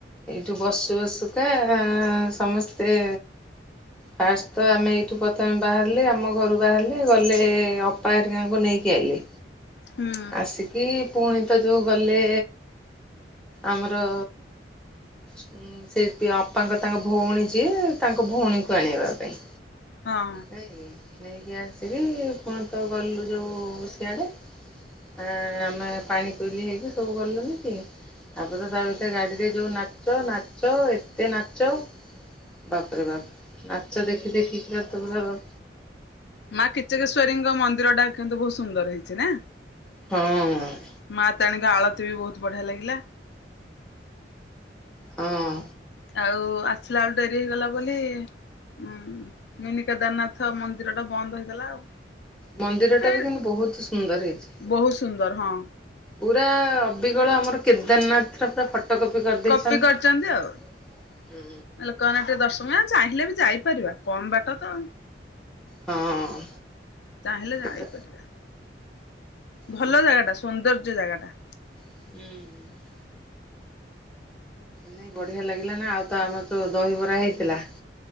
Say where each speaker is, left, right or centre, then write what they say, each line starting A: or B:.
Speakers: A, in the centre; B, on the left.
A: ଏଇଠୁ ବସୁ ବସୁକା ସମସ୍ତେ ଫାଷ୍ଟ ତ ଆମେ ଏଇଠୁ ପ୍ରଥମେ ବାହାରିଲେ ଆମ ଘରୁ ବାହାରିଲେ ଗଲେ ଅପାହାରରିକାଙ୍କୁ ନେଇକି ଆଇିଲେ।
B: ହୁଁ
A: ଆସିକି କି ପୁଣି ତ ଯେଉଁ ଗଲେ ଆମର ହୁଁ। ସେ ଅପାଙ୍କ ତାଙ୍କ ଭଉଣୀ ଯିଏ ତାଙ୍କ ଭଉଣୀକୁ ଆଣିବା ପାଇଁ।
B: ହଁ।
A: ନାଇ ନେଇକି ଆସିବି ପୁଣି ତ ଗଲୁ ଯୋଉ ସିଆଡ଼େ। ଆ ଆମେ ପାଣି କୋଇଲି ହେଇକି ସବୁ ଗଲୁନି କି? ତାପ ତ ତା ଭିତରେ ଗାଡିରେ ଯୋଉ ନାଚ ନାଚ ଏତେ ନାଚ। ବାପରେ ବାପ ନାଚଚା ଦେଖି ଦେଖି କି ତ ବଲା ବା।
B: ମା କିଚକେଶ୍ଵରୀଙ୍କ ମନ୍ଦିର ଟା କିନ୍ତୁ ବହୁତ ସୁନ୍ଦର ହେଇଛି ନା।
A: ହଁ।
B: ମା ତତାାରଣୀଙ୍କ ଆଳତି ବି ବହୁତ ବଢିଆ ଲାଗିଲା।
A: ହଁ।
B: ଆଉ ଆସିଲା ବେଳୁ ଡେରି ହେଇଗଲା ବୋଲି। ହୁଁ ମିନିକଦାରନାଥ ମନ୍ଦିର ଟା ବନ୍ଦ ହେଇଗଲା ଆଉ।
A: ମନ୍ଦିର
B: ଏ
A: ଟା ବି କିନ୍ତୁ ବହୁତ ସୁନ୍ଦର ହେଇଛି।
B: ବହୁତ ସୁନ୍ଦର ହଁ
A: ପୁରା ଅବଗଳ ଆମର କେଦାରନାଥ ର ପୁରା ଫଟୋ ପଟକୋପି କରିଦେଇଛନ୍ତି।
B: କପି କରିଛନ୍ତି ଆଉ। ଲୋକମାନେ ଟିକେ ଦର୍ଶକ ଚାହିଁଲେ ବି ଯାଇପାରିବା କମ ବାଟ ତ।
A: ହଁ
B: ଚାହିଁଲେ
A: କେତେ
B: ଯାଇ ପାରିବା।
A: ହଁ
B: ଭଲ ଜାଗା ଟା ସୌନ୍ଦର୍ଯ୍ୟ ଜାଗା ଟା।
A: ହୁଁ। ନାଇ ବଢିଆ ଲାଗିଲା ନା ଆଉ ତ ଆମର ତ ଦହିବରା ହେଇଥିଲା।